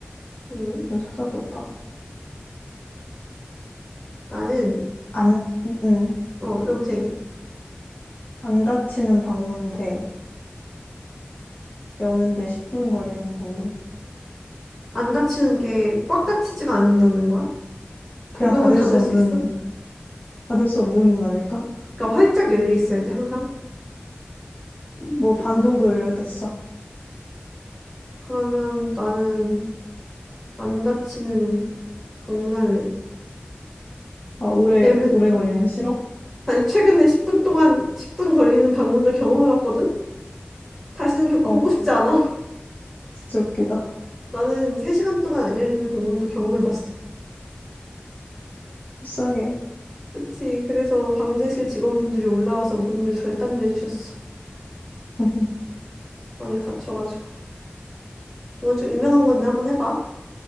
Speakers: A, in the centre; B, on the left.
A: 음,
B: 좀 찾아볼까?
A: 나는,
B: 안, 응.
A: 어, 너부터 얘기해.
B: 안 다치는 방문 대 여는데 10분 걸리는 방문.
A: 안 다치는 게 꽉 다치지가 않는다는 거야? 조금은
B: 그냥 닫을
A: 닫을
B: 수 없는,
A: 수 있어?
B: 닫을 수 없는 문 아닐까?
A: 그러니까 활짝 열려 있어야 돼, 항상.
B: 뭐
A: 조-
B: 반 정도 열려있다, 진짜.
A: 그러면 나는 안 다치는 방문할래.
B: 아, 오래,
A: 왜냐면
B: 오래 걸리면 싫어?
A: 아니, 최근에 10분 동안, 10분 걸리는 방문을 경험해봤거든? 다시는 겪어보고
B: 어,
A: 싶지 않아. <laughs>
B: 진짜 웃기다. <laughs>
A: 나는 3시간 동안 안 열리는 방문도 경험해봤어.
B: 불쌍해.
A: 그치. 그래서 방제실 직원분들이 올라와서 문을 절단내주셨어.
B: <laughs>
A: 방에 갇혀가지고. 이건 좀 유명한 건데 한번 해봐.